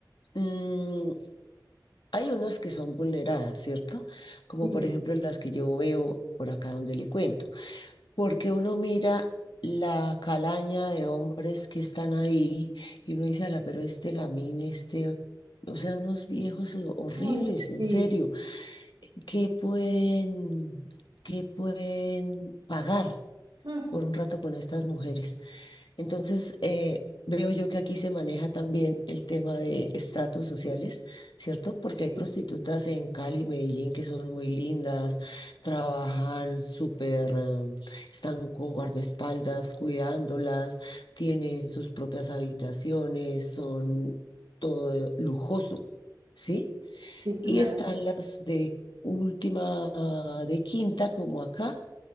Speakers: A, on the left (about 75°); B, on the right (about 85°).
A: mm, hay unas que son vulneradas, ¿cierto? Como
B: Sí,
A: por ejemplo las que yo veo por acá donde le cuento. porque uno mira la calaña de hombres que están ahí y uno dice, ala, pero este gamín, este, o sea, unos viejos horribles,
B: Ay, sí.
A: en serio, ¿qué pueden, qué pueden pagar
B: Mm,
A: por un rato con estas mujeres? Entonces, eh, veo yo que aquí se maneja también el tema de estratos sociales, ¿cierto? Porque
B: Sí,
A: hay prostitutas en Cali, Medellín, que son muy lindas, trabajan súper, eh, están con guardaespaldas cuidándolas, tienen sus propias habitaciones, son todo lujoso, ¿sí?
B: Sí,
A: Y
B: claro.
A: están las de última, ah, de quinta, como acá